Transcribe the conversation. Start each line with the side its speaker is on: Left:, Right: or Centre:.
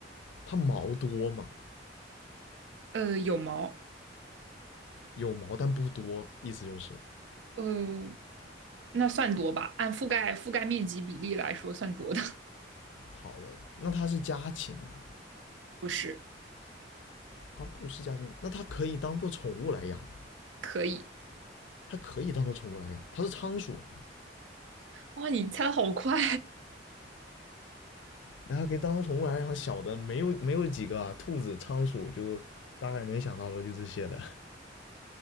Left: 它毛多吗？
Right: 呃，有毛，
Left: 有毛但不多，意思就是
Right: 呃，那算多吧？按覆盖覆盖面积比例来说，算多的。
Left: 好的。那它是家禽吗？
Right: 不是，
Left: 它不是家禽，那它可以当做宠物来养吗？
Right: 可以。
Left: 它可以当做宠物来养，它是仓鼠，
Right: 哇，你猜的好快！
Left: 那它可以当做宠物来养。小的没有没有几个啊，兔子、仓鼠就大概能想到的就这些了。